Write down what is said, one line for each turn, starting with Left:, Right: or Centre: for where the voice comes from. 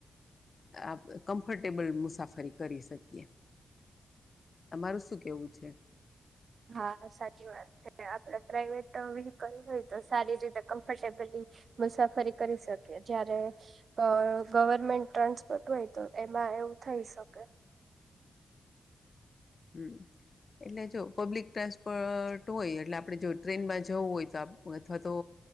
Left: અ કમ્ફર્ટેબલ મુસાફરી કરી શકીએ તમારું શું કેવું છે.
Right: હા સાચી વાત છે, આપડે પ્રાાઈવેટ વ્હકલ હોય તો સારી રીતે કમ્ફર્ટેબલી. મુસાફરી કરી શકી જય્યારે ગવર્મેન્ટ ટ્રાન્સપોર્ટ હોય તો એમાં. હા એવું થઈ શકે.
Left: હમ એટલે જો પબ્લિક ટ્રાન્સપોર્ટ. હોય એટલે આપણે જો ટ્રેનમાં જવું હોય તો અથવા તો.